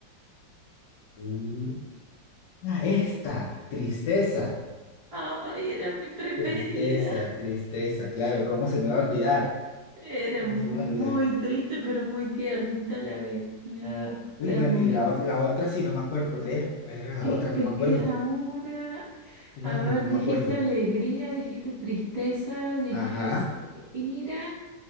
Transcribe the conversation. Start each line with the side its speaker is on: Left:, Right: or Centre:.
Left: Mm, Ah, esta, tristeza,
Right: Ay, era mi preferida.
Left: tristeza, tristeza. Claro, ¿cómo se me va a olvidar?
Right: Era
Left: ¿Cómo
Right: muy
Left: se me va a olvidar?
Right: triste, pero muy tiernita a la vez. Me daba
Left: Uy,
Right: ternura.
Left: va- y la, ot- la otra sí, no me acuerdo. ¿Cuál era? ¿Cuál era la
Right: Y
Left: otra?
Right: te
Left: No me acuerdo.
Right: queda una.
Left: No,
Right: A ver,
Left: no
Right: dijiste
Left: me acuerdo.
Right: alegría, dijiste tristeza, dijiste
Left: Ajá.
Right: ira